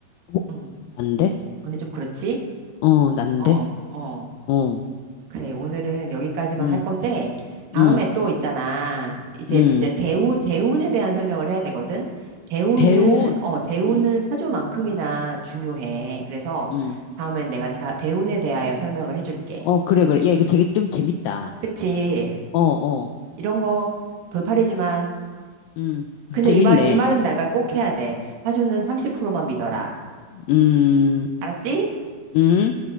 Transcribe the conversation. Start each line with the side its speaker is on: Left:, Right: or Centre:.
Left: 어,
Right: 응.
Left: 난데?
Right: 언니 좀 그렇지?
Left: 어, 난데?
Right: 어, 어.
Left: 어,
Right: 그래, 오늘은 여기까지만
Left: 음,
Right: 할 건데, 다음에
Left: 음.
Right: 또 있잖아. 이제,
Left: 음,
Right: 이제 대우, 대운에 대한 설명을 해야 되거든? 대우는,
Left: 대운.
Right: 어, 대우는
Left: 음,
Right: 사주만큼이나 중요해. 그래서
Left: 음.
Right: 다음엔 내가 다, 대운에 대하여 설명을 해줄게.
Left: 어, 그래, 그래. 야, 이거 되게 좀 재밌다.
Right: 그치?
Left: 어, 어.
Right: 이런 거 돌팔이지만,
Left: 음, <laughs>
Right: 근데 이
Left: 재밌네.
Right: 말, 이 말은 내가 꼭 해야 돼. 사주는 30%만 믿어라.
Left: 음,
Right: 알았지?
Left: 음.